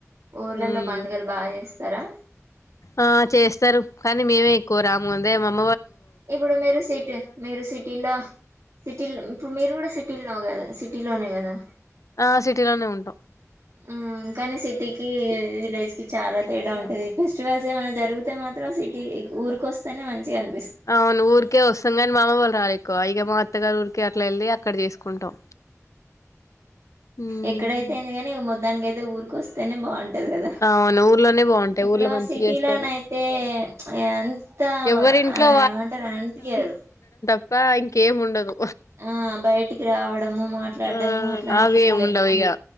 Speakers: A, on the right; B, on the left.
A: ఊర్లలో
B: మ్మ్
A: పండుగలు బాగా చేస్తరా
B: ఆ చేస్తరు కానీ మేమే ఎక్కువ రాము ఉందే మమ
A: ఇప్పుడు మీరు సిటీ మీరు సిటీలో సిటీ ఇప్పుడు మీరు కూడా సిటీలో వు కదా సిటీలోనే కదా
B: ఆ సిటీలోనే ఉంటాం
A: ఉమ్ కని సిటీకి విలేజ్ కి చాలా
B: తెలుగులో
A: తేడా ఉంటది
B: ఉన్నాక
A: ఫెస్టివల్స్ ఏమైనా జరుగు తే మాత్రం సిటీ ఊరికొస్తేనే మంచిగన్
B: అవును ఊరికే ఒస్తంగని మామ వాల్లు రారెక్కువ ఈగ మా అత్తగారు ఊర్కి గ అట్ల ఎల్లి అక్కడ చేసుకుంటాం మ్మ్
A: ఎక్కడైతేంది గని మొద్దానిక అయితే ఊరికొస్తేనే బాగుంట్ ది కదా
B: అవును ఊర్లోనే బాగుంటాయి
A: ఇప్పుడు
B: ఊర్లో
A: ఆ
B: మంచిగా
A: సిటీలోనయితే
B: చేస్తారు
A: అంత
B: ఎవరింట్లో
A: ఏమంటారు అనిపీయదు
B: ప్పా ఇంకేముండదు
A: ఆ బయటికి రావడము మాట్లాడము
B: ఆ
A: అట్లాంటివి
B: అవి ఏం
A: ఉండయి
B: ఉండవు ఇగ